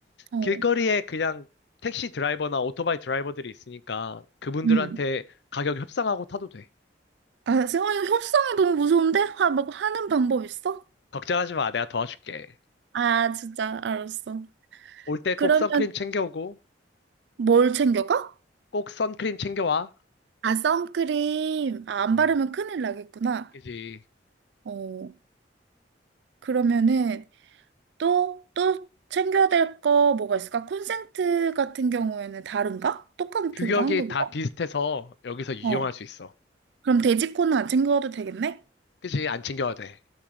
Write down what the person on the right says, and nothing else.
어,
응.
아, 세영아, 이 협상이 너무 무서운데? 하, 막 하는 방법 있어?
아, 진짜, 알았어.
그러면
뭘 챙겨가?
아, 선크림. 아, 안
바르면 큰일 나겠구나.
어, 그러면은 또, 또 챙겨야 될 거 뭐가 있을까? 콘센트 같은 경우에는 다른가? 똑같은가?
한국이가?
어,
그럼 돼지코는 안 챙겨가도 되겠네?